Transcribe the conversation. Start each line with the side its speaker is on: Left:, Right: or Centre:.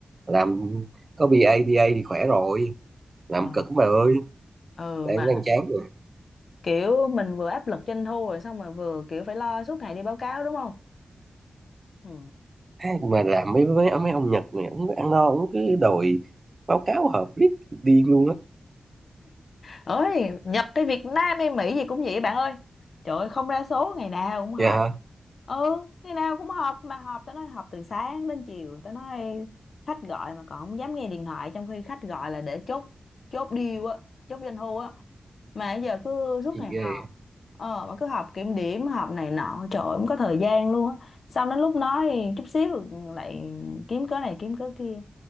Right: làm có bê a BA a thì khỏe rồi làm
Left: ờ
Right: cực bà ơi
Left: ừ
Right: đang
Left: mà
Right: đang chán rồi
Left: kiểu mình vừa áp lực doanh thu rồi xong rồi vừa kiểu phải lo suốt ngày đi báo cáo đúng không ừ
Right: Thế mà làm mấy mấy mấy ông Nhật này ông ăn no ông cứ đòi báo cáo họp riết điên luôn á
Left: ơi nhập tới Việt Nam hay Mỹ gì cũng vậy bạn ơi trời ơi không ra số ngày nào cũng họp
Right: dạ hả?
Left: ừ ngày nào cũng họp mà họp tao nói họp từ sáng đến chiều tao nói khách gọi mà còn không dám nghe điện thoại trong khi khách gọi là để chốt chốt deal á chốt doanh thu á mà giờ cứ suốt
Right: gì
Left: ngày
Right: ghê
Left: họp ờ mà cứ họp kiểm điểm họp này nọ trời ơi, không có thời gian luôn á xong đến lúc nói chút xíu lại kiếm cớ này kiếm cớ kia